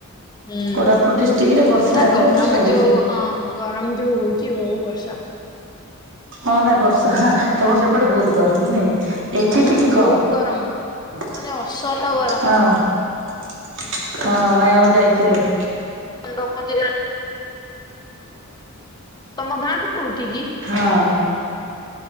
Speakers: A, on the left; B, on the right.
A: ହୁଁ।
B: କୋରାପୁଟ ଡିଷ୍ଟ୍ରିକ୍ଟ ରେ ବର୍ଷା
A: ନା
B: ହେଲେ
A: ଗରମ
B: ଆଉ ଛାଡିବ।
A: ଯୋଉ ହଁ ଗରମ ଯୋଉ ହଉଛି ହଉ ବର୍ଷା।
B: ହଁ ନାଇଁ ବର୍ଷା ତମର ସେପଟେ ବହୁତ ଗରମ ନାଇଁ ଏଠି
A: ହୁଁ
B: ଟିକେ କମ୍।
A: ବହୁତ ଗରମ ମାନେ ଅସହ୍ୟ ଗରମ।
B: ହଁ ହଁ ନାଇଁ ଆମେ ଯାଇଥିଲୁ।
A: ରଖନ୍ତି। ତମ ଗାଁ କ କୋଉଠି କି।
B: ହଁ।